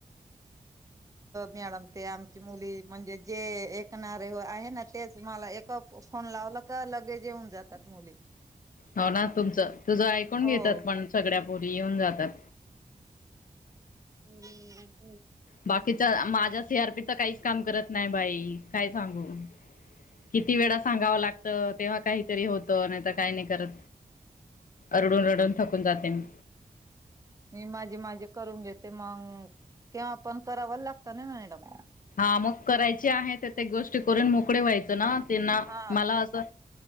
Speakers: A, on the right; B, on the left.
A: मॅडम ते आमची मुली म्हणजे जे ऐकणारे आहे ना. तेच मला एका फोन लावला का लगेच येऊन जातात मुली.
B: हो ना तुमचं तुझं ऐकून
A: हो.
B: घेतात पण सगळ्या पोरी येऊन जातात.
A: <inaudible>
B: बाकीच्या माझ्या सी आर पीच काहीच काम करत नाही बाई काय सांगू किती वेळा सांगाव लागत तेव्हा काहीतरी होतं नाही तर काय नाही करत. रडून-रडून थकून जाते मी
A: मी माझे-माझे करून घेते मग तेव्हा पण कराव लागतं ना मॅडम.
B: हा म करायची आहे ते ते गोष्टी करून मोकळे व्हायचं ना त्यांना
A: हा.
B: मला असं